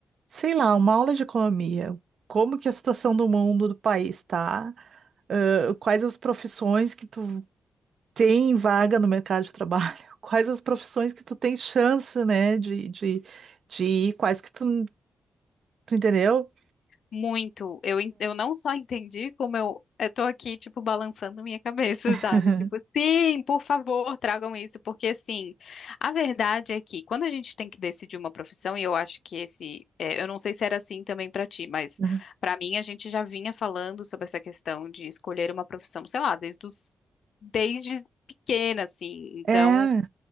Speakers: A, on the right (about 65°); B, on the left (about 70°).
A: sei lá, uma aula de economia. Como que é a situação do mundo, do país tá? Ãh, quais as profissões que tu tem vaga no mercado de trabalho? <laughs> Quais as profissões que tu tem chance, né, de, de, de ir? Quais que tu, tu entendeu?
B: Muito. Eu, en- eu não só entendi, como eu, eu tô aqui, tipo, balançando minha cabeça,
A: <laughs>
B: <laughs> sabe? Tipo, sim, por favor, tragam isso, porque assim, a verdade é que quando a gente tem que decidir uma profissão, e eu acho que esse, é, eu não sei se era assim também pra ti, mas
A: Uhum.
B: pra mim a gente já vinha falando sobre essa questão de escolher uma profissão, sei lá, desde os, desde pequena, assim. Então,
A: É,